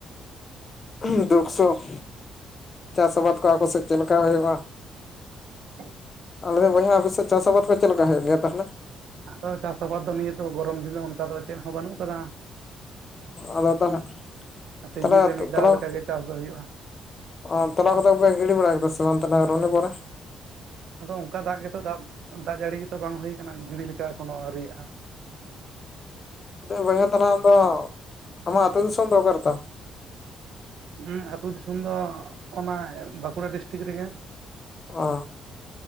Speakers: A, on the left (about 35°); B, on the right (about 75°).
A: ᱩᱦᱩᱸ ᱫᱩᱠ ᱥᱩᱠᱷ ᱪᱟᱥ ᱟᱵᱟᱫᱽ ᱠᱚ ᱟᱠᱚ ᱥᱮᱫ ᱪᱮᱫ ᱞᱮᱠᱟ ᱦᱩᱭᱩᱜᱼᱟ
B: <unintelligible>
A: ᱟ ᱞᱮ ᱵᱚᱭᱦᱟ ᱟᱯᱮ ᱥᱮᱫ ᱪᱟᱥ ᱟᱵᱟᱫ ᱠᱚ ᱪᱮᱫ ᱞᱮᱠᱟ ᱦᱩᱭᱩᱜ ᱜᱮᱭᱟ ᱛᱟᱦᱚᱞᱮ
B: ᱟᱫᱚ ᱪᱟᱥ ᱟᱵᱟᱫ ᱫᱚ ᱱᱤᱭᱟᱹ ᱫᱚ ᱜᱚᱨᱚᱢ ᱫᱤᱱ ᱫᱚ ᱚᱱᱠᱟ ᱫᱚ ᱪᱮᱫ ᱦᱚᱸ ᱵᱟᱹᱱᱩᱜ ᱠᱟᱫᱟ
A: ᱟᱫᱚ ᱛᱟᱦᱚᱸᱜ
B: ᱥᱤᱡᱤᱱ
A: ᱛᱟᱦᱞᱮ ᱟᱛᱳᱜ
B: ᱨᱮ ᱢᱤᱫ ᱫᱷᱟᱣ
A: ᱛᱚᱞᱟ
B: ᱞᱮᱠᱟᱜᱮ ᱪᱟᱥ ᱫᱚ ᱦᱩᱭᱩᱜᱼᱟ
A: ᱚ ᱛᱚᱞᱟ ᱠᱚᱫᱚ ᱯᱮ ᱜᱤᱰᱤᱵᱟᱲᱟ ᱠᱮᱫᱟ ᱥᱮ ᱵᱟᱝ ᱚᱱᱛᱮᱱᱟᱜ ᱨᱩᱱᱤ ᱠᱚᱨᱮ
B: ᱟᱫᱚ ᱚᱱᱠᱟ ᱫᱟᱜ ᱜᱮᱛᱚ ᱫᱟᱜ ᱡᱟᱹᱲᱤ ᱜᱮᱛᱚ ᱵᱟᱝ ᱦᱩᱭ ᱠᱟᱱᱟ ᱜᱤᱲᱤ ᱞᱮᱠᱟ ᱮᱠᱷᱚᱱᱳ ᱟᱹᱣᱤᱭᱟᱜᱼᱟ
A: ᱚ ᱵᱚᱭᱦᱟ ᱛᱟᱞᱟᱝ ᱫᱚ ᱟᱢᱟᱜ ᱟᱛᱩ ᱫᱥᱚᱢ ᱫᱚ ᱚᱠᱟᱨᱮ ᱛᱟᱢ
B: ᱦᱩᱸ ᱟᱛᱩ ᱫᱤᱥᱚᱢ ᱫᱚ ᱚᱱᱟ ᱵᱟᱸᱠᱩᱲᱟ ᱰᱤᱥᱴᱤᱠ ᱨᱮᱜᱮ
A: ᱚ